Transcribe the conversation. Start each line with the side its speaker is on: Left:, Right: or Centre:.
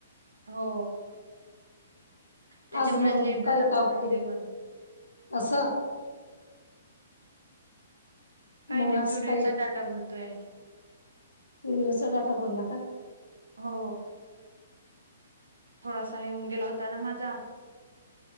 Right: हो. त्याच्यामुळेच
Left: आज मग
Right: लेट झालं
Left: काय
Right: आमचं
Left: काम
Right: पण
Left: हे
Right: जेवण.
Left: असं.
Right: काय
Left: मग
Right: नाही
Left: आज
Right: क्युडचा
Left: काही
Right: डाटा बोलतोय
Left: विरचा डाटा भरला का?
Right: हो. थोडासा येऊन गेला होता ना मझा.